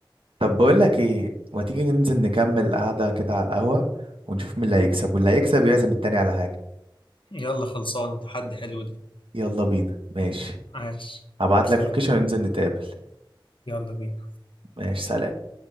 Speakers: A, on the right (about 80°); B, on the left (about 70°).
A: طب بقول لك ايه ما تيجي ننزل نكمل قعدة كده على القهوة ونشوف مين اللي هيكسب واللي هيكسب يعزم التاني على حاجة
B: يلا خلصانة تحدي حلو ده
A: يلا بينا ماشي
B: عاش
A: هبعت
B: سلام
A: لك لوكيشن وننزل نتقابل
B: يلا بينا
A: ماشي سلام